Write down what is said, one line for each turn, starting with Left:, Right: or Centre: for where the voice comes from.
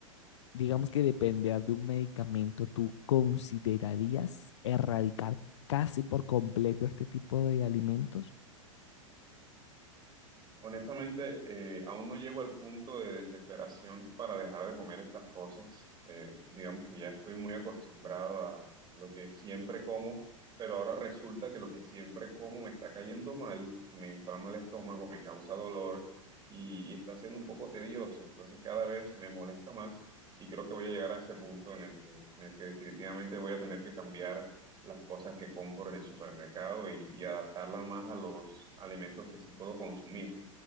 Left: digamos que depender de un medicamento, ¿tú considerarías erradicar casi por completo este tipo de alimentos?
Right: Honestamente, eh, aún no llego al punto de desesperación para dejar de comer estas cosas. Eh, digamos que ya estoy muy acostumbrado a, a lo que siempre como, pero ahora resulta que lo que siempre como me está cayendo mal, me inflama el estómago, me causa dolor y, y está siendo un poco tedioso. Entonces cada vez me molesta más y creo que voy a llegar a ese punto en el que, en el que definitivamente voy a tener que cambiar las cosas que compro en el supermercado y, y adaptarlas más a los alimentos que sí puedo consumir.